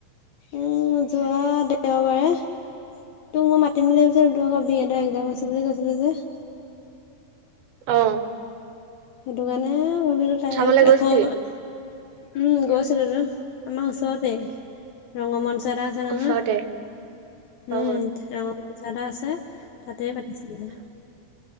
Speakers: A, on the left (about 70°); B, on the right (about 90°).
A: উম, যোৱা দেওবাৰে তোক মই মাতিম বুলি ভাবিছিলো, তোৰ আকৌ বিএডৰ একজাম আছে বুলি কৈছিলি যে।
B: অঁ!
A: সেইটো কাৰণে ভাবিলোঁ তাই
B: চাবলৈ গৈছিলি?
A: আকৌ উম, গৈছিলোটো। আমাৰ ওচৰতে ৰঙ্গমঞ্চ এটা আ আছে নহয়?
B: ওচৰতে
A: উম,
B: অ
A: ৰঙ্গমঞ্চ এটা আছে তাতে পাতিছিলে।